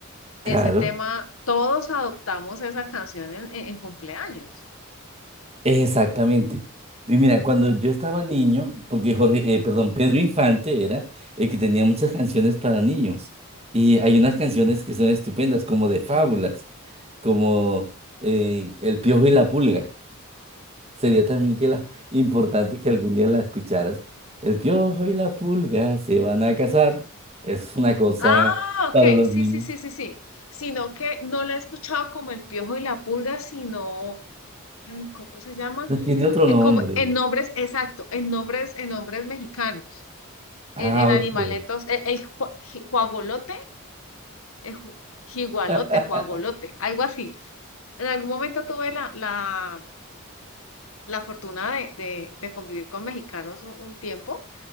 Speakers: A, on the left; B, on the right.
A: Ese
B: Claro.
A: tema, todos adoptamos esa canción en, en- en cumpleaños.
B: Exactamente. Y mira, cuando yo estaba niño, porque Jorge, eh, perdón, Pedro Infante era el que tenía muchas canciones para niños. Y hay unas canciones que son estupendas, como de fábulas, como eh, El Piojo y la Pulga. Sería también que la, <laughs> importante que algún día la escucharas. El Piojo y la Pulga se van a casar. Es una cosa
A: Ah, ok,
B: para los
A: sí,
B: niños.
A: sí, sí, sí, sí. Sino que no la he escuchado como El Piojo y la Pulga, sino, ay, ¿cómo se llama?
B: No tiene otro
A: Eh,
B: nombre.
A: como en nombres, exacto, en nombres, en nombres mexicanos, en,
B: Ah,
A: en animaletos,
B: ok.
A: el, el jua- ji- juagolote, el ju- jigualote,
B: <laughs>
A: juagolote, algo así. En algún momento tuve la, la, la fortuna de, de, de convivir con mexicanos un un tiempo.